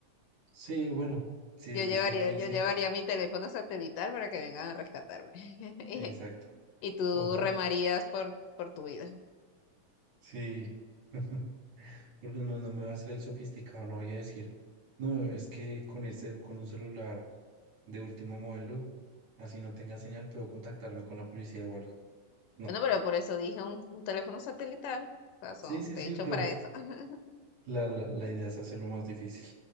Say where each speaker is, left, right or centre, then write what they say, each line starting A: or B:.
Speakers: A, on the right; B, on the left.
A: sí, bueno, sí,
B: Yo llevaría,
A: si uno dice,
B: yo llevaría mi teléfono satelital para que vengan a rescatarme. <laughs> Y,
A: exacto,
B: y tú
A: o por-
B: remarías por, por tu vida.
A: sí, <laughs> porque no, no me va a hacer el sofisticado, no voy a decir, no, es que con este, con un celular de último modelo, así no tenga señal, puedo contactarme con la policía o algo. No.
B: Bueno, pero por eso dije un, un teléfono satelital. O sea, son,
A: Sí, sí,
B: de
A: sí,
B: hecho,
A: pero
B: para eso. <laughs>
A: la, la, la idea es hacerlo más difícil.